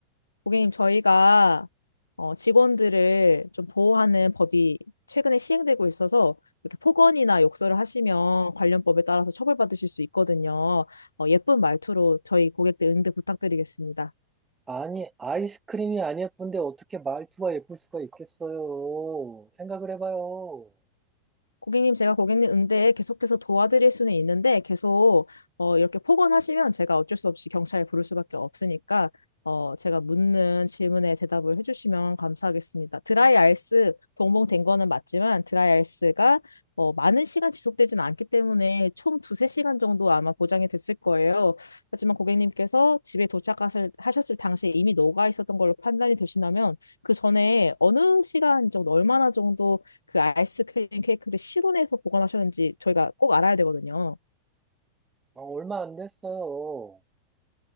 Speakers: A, on the left; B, on the right.
A: 고객님, 저희가 어, 직원들을 좀 보호하는 법이 최근에 시행되고 있어서 이렇게 폭언이나 욕설을 하시면 관련 법에 따라서 처벌받으실 수 있거든요. 어, 예쁜 말투로 저희 고객들 응대 부탁드리겠습니다.
B: 아니, 아이스크림이 안 예쁜데 어떻게 말투가 예쁠 수가 있겠어요. 생각을 해봐요.
A: 고객님, 제가 고객님 응대에 계속해서 도와드릴 수는 있는데 계속 어, 이렇게 폭언하시면 제가 어쩔 수 없이 경찰에 부를 수밖에 없으니까 어, 제가 묻는 질문에 대답을 해주시면 감사하겠습니다. 드라이 아이스 동봉된 거는 맞지만 드라이 아이스가 어, 많은 시간 지속되진 않기 때문에 총 두세 시간 정도 아마 보장이 됐을 거예요. 하지만 고객님께서 집에 도착하셨을 하셨을 당시에 이미 녹아 있었던 걸로 판단이 되신다면 그 전에 어느 시간 정도, 얼마나 정도 그 아이스크림 케이크를 실온에서 보관하셨는지 저희가 꼭 알아야 되거든요.
B: 아, 얼마 안 됐어요.